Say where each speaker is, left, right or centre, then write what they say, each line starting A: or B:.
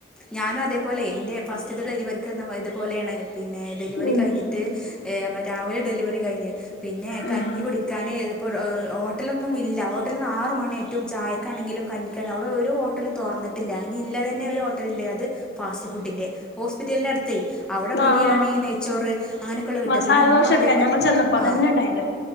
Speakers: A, in the centre; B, on the left.
A: ഞാനും അതേപോലെ ഇന്റെ ഫസ്റ്റത്തെ ഡെലിവറിക് പോലെയാണ്. പിന്നെ ഡെലിവറി
B: ഉം
A: കഴിഞ്ഞിട്ട് ഏ നമ്മൾ രാവിലെ ഡെലിവറി കഴിഞ്ഞ് പിന്നെ
B: ഉം
A: കഞ്ഞി കുടിക്കാനെ ഇതിപ്പോൾ ഹോ ഹോട്ടലൊന്നും ഇല്ല. ഹോട്ടലിൽന്ന് ആറ് മണി യായറ്റും ചായക്കാണെങ്കിലും കഞ്ഞിക്ക്‌ അവിടെ ഒരു ഹോട്ടലും തുറന്നിട്ട് ട്ടില്ല. ഇള്ളതന്നെ ഒരു ഹോട്ടല ഉണ്ട് അത് ഫസ്റ്റ് ഫുഡിന്റെ, ഹോസ്പിറ്റലിന്റെ അടുത്ത് തേ, അവിടെ ബിരിയാണി
B: ആഹ്
A: നെയ്ച്ചോറ് അങ്ങനെയൊക്കെയ ഉള്ള കിട്ടുക.
B: മസാല
A: പിന്നെ ഉമ്മ
B: ദോശൊക്കെ
A: അതേപോലെ
B: ഞങ്ങൾ ചെന്നപ്പോ
A: ആ
B: അതന്നെ ഉണ്ടായത്